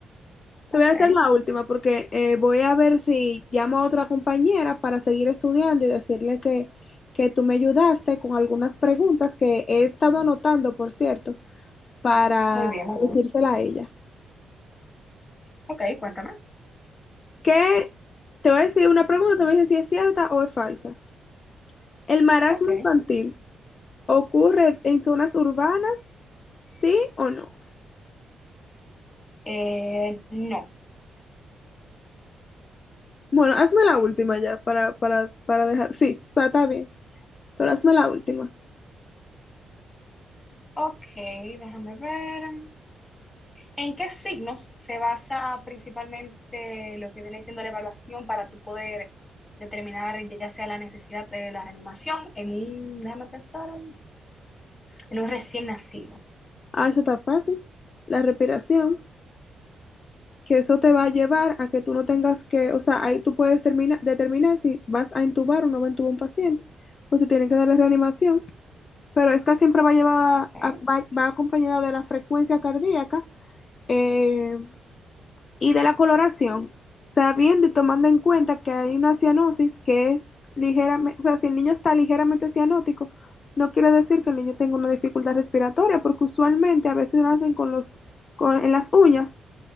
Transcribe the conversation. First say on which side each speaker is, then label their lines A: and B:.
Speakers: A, on the left (about 30°); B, on the left (about 50°).
A: Ok.
B: Te voy a hacer la última porque eh, voy a ver si llamo a otra compañera para seguir estudiando y decirle que, que tú me ayudaste con algunas preguntas que he estado anotando, por cierto, para
A: Muy bien, muy bien.
B: decírsela a ella.
A: Ok, cuéntame.
B: ¿Qué? te voy a decir una pregunta, te voy a decir si es cierta o es falsa. ¿El marasmo
A: Ok.
B: infantil ocurre en zonas urbanas, sí o no?
A: Eh, no.
B: Bueno, hazme la última ya para, para, para dejar. Sí, o sea, está bien, pero hazme la última.
A: Ok, déjame ver. ¿En qué signos se basa principalmente lo que viene siendo la evaluación para tu poder determinar ya sea la necesidad de la reanimación en un, déjame pensar, un- en un recién nacido?
B: Ah, eso está fácil. La respiración, que eso te va a llevar a que tú no tengas que, o sea, ahí tú puedes termina- determinar si vas a intubar o no va a intubar un paciente, o si tienen que darle reanimación, pero esta siempre va llevada,
A: Ok,
B: a- va, va acompañada de la frecuencia cardíaca, eh, y de la coloración, sabiendo y tomando en cuenta que hay una cianosis que es ligeramente, o sea, si el niño está ligeramente cianótico, no quiere decir que el niño tenga una dificultad respiratoria, porque usualmente a veces nacen con los, con, en las uñas,